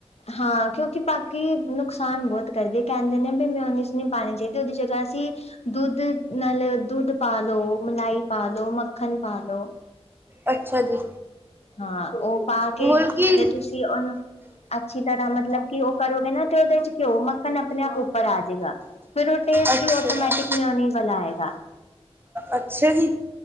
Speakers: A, on the left; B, on the right.
A: ਹਾਂ ਕਿਉਂਕਿ ਬਾਕੀ ਨੁਕਸਾਨ ਬਹੁਤ ਕਿ ਘਰਦੇ ਕਹਿੰਦੇ ਨੇ ਵੀ ਮਿਊਨੀਸ ਨੀ ਪਾਉਣੀ ਚਾਹੀਦੀ ਉਹਦੀ ਜਗ੍ਹਾ ਅਸੀਂ ਦੁੱਧ ਨਾਲ ਦੁੱਧ ਪਾ ਲੋ ਮਲਾਈ ਪਾ ਲੋ ਮੱਖਣ ਪਾ ਲੋ।
B: ਅੱਛਾ ਜੀ
A: ਹਾਂ ਉਹ ਪਾ ਕੇ
B: ਮੁਲਕੀ
A: ਤੇ ਤੁਸੀਂ ਉਹਨੂੰ ਅੱਛੀ ਤਰ੍ਹਾਂ ਮਤਲਬ ਕਿ ਉਹ ਕਰੋਗੇ ਨਾ ਤੇ ਉਹਦੇ 'ਚ ਘਿਓ ਮੱਖਣ ਆਪਣੇ ਆਪ ਉੱਪਰ ਆ ਜਾਏਗਾ। ਫਿਰ ਉਹ ਟੇਸਟ
B: ਅੱਛਾ
A: ਹੀ ਆਟੋਮੈਟਿਕ ਮਿਊਨੀ ਵਾਲਾ ਆਏਗਾ।
B: ਅੱਛਾ ਜੀ